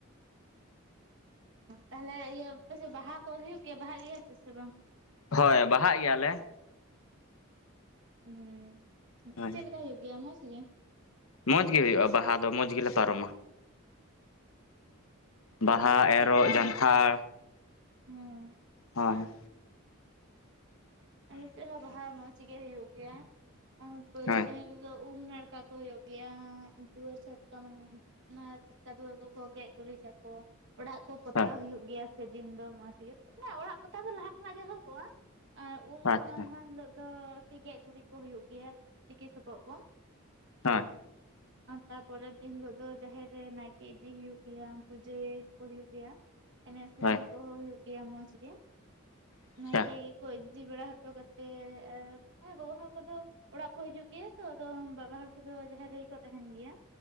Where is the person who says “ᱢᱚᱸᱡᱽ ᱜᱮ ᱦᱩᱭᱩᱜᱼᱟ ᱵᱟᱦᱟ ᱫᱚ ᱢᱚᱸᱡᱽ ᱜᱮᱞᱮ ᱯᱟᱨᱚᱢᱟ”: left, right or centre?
Left